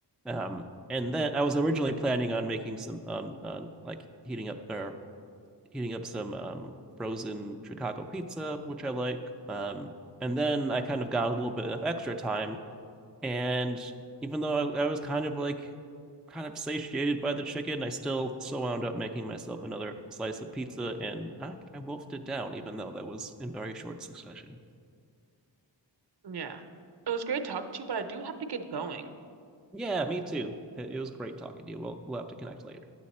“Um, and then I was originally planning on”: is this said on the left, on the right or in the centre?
Centre